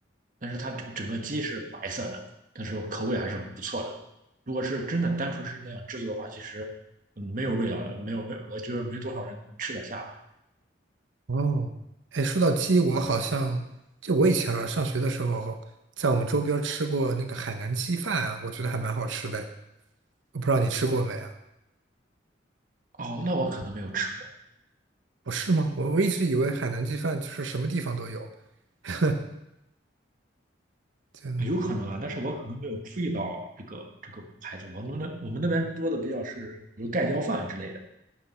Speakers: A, on the right; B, on the right.
A: 但是它整整个鸡是白色的，但是口味还是不错的。如果是真的单纯是那样制作的话，其实嗯没有味道的，没有味，我觉得没多少人能吃得下
B: 哦，哎，说到鸡，我好像就我以前啊上学的时候，在我们周边儿吃过那个海南鸡饭啊，我觉得还蛮好吃的。我不知道你吃过没啊？
A: 的。哦，那我可能没有吃
B: 哦，是吗？我我一直以为海南鸡饭就是什么地方都有，<laughs> 就
A: 过，有可能啊，但是我可能没有注意到这个这个牌子，我们那我们那边多的比较是比如盖浇饭之类的。